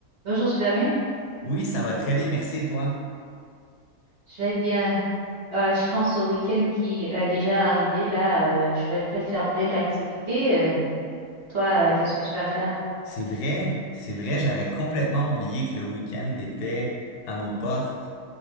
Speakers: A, on the right; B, on the left.
A: Bonjour, tu vas bien?
B: Oui, ça va très bien, merci et toi?
A: Je vais bien. Euh, je pense au week-end qui est déjà arrivé. Là, euh, je vais pla- faire plein d'activités. Euh, toi, euh, qu'est-ce que tu vas faire?
B: C'est vrai, c'est vrai, j'avais complètement oublié que le week-end était à nos portes.